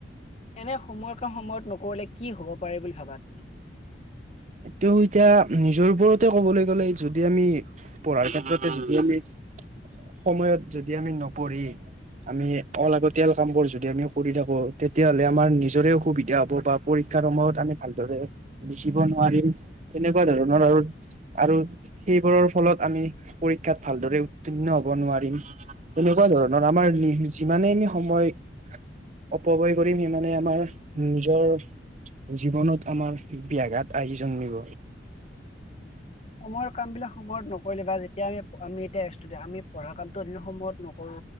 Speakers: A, on the left (about 35°); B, on the right (about 40°).
A: এনে সময়ৰ কাম সময়ত নকৰিলে কি হব পাৰে বুলি ভাবা তুমি?
B: এইটো এতিয়া নিজৰ ওপৰতে কবলৈ গ'লে যদি আমি পঢ়াৰ ক্ষেত্ৰতে যদি আমি সময়ত যদি আমি নপঢ়ি আমি অলাগতিয়াল কাম বোৰ যদি আমি কৰি থাকো। তেতিয়া হ'লে আমাৰ নিজৰে অসুবিধা হ'ব বা পৰী ক্ষাৰ সময়ত আমি ভালদৰে লিখিব ৱাৰিম, তেনেকুৱা ধৰণৰ আৰু আৰু সেইবোৰৰ ফলত আমি পৰীক্ষাত ভালদৰে উৰ্ত্তীৰ্ণ হ'ব নোৱাৰিম। তেনেকুৱা ধৰণৰ আমাৰ যিমানে আমি সময় অপব্যয় কৰিম সিমানে আমাৰ নিজৰ জীৱনত আমাৰ ব্যাঘাত আহি জন্মিব।
A: সময়ৰ কাম বিলাক সময়ত নকৰিলে বা যেতিয়া আমি আমি এতিয়া ষ্টোডেণ্ট। আমি পঢ়া কামতো যদি সময়ত নকৰো